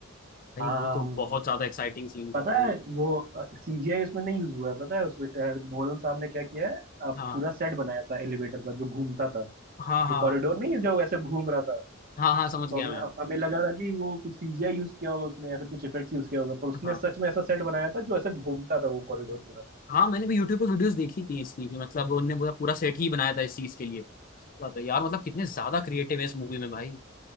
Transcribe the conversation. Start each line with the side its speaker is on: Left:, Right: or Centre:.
Left: भाई
Right: हाँ
Left: वो
Right: हाँ
Left: तो
Right: हाँ।
Left: बहुत ज्यादा एक्साइटिंग सीन था
Right: पता
Left: भाई
Right: है वो सीजीआई उसमें नहीं यूज हुआ है पता है उसमें अ, नोलन साहब ने क्या किया है अ, पूरा
Left: हाँ
Right: सेट बनाया था एलिवेटर का जो घूमता था
Left: हाँ हाँ
Right: जो कॉरिडोर नहीं है, जो ऐसे घूम रहा था
Left: हाँ हाँ समझ
Right: तो
Left: गया
Right: हमें
Left: मैं
Right: हमें लगा था कि वो कुछ सीजीआई यूज किया होगा उसने या फिर कुछ इफेक्ट्स यूज किया होगा पर उसने
Left: हाँ
Right: सच में ऐसा सेट बनाया था जो ऐसे घूमता था वो कॉरिडोर पूरा
Left: हाँ मैंने भी यूट्यूब पे वीडियोस देखी थी इसकी कि मतलब उनने पूरा पूरा सेट ही बनाया था इस चीज के लिए सही बात है यार मतलब कितने ज्यादा क्रिएटिव है इस मूवी में भाई